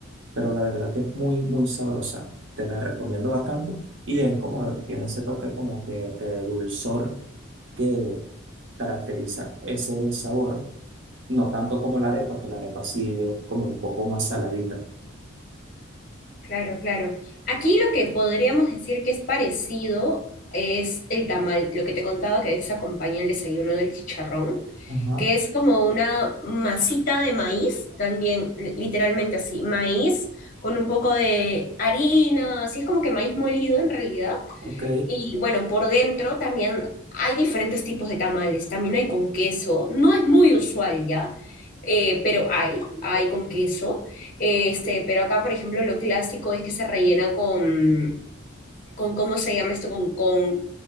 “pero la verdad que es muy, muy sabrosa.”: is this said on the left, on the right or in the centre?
Right